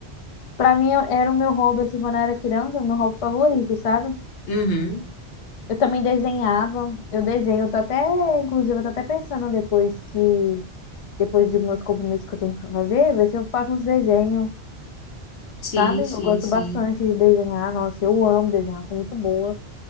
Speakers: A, on the left (about 60°); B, on the left (about 85°).
A: Pra mim, eu- era o meu hobby, assim, quando eu era criança, o meu hobby favorito, sabe?
B: uhum,
A: Eu também desenhava, eu desenho, eu tô até, inclusive, eu tô até pensando depois que, depois dos meus compromissos que eu tenho pra fazer, ver se eu faço uns desenhos,
B: sim,
A: sabe?
B: sim,
A: Eu gosto
B: sim.
A: bastante de desenhar, nossa, eu amo desenhar, sou muito boa.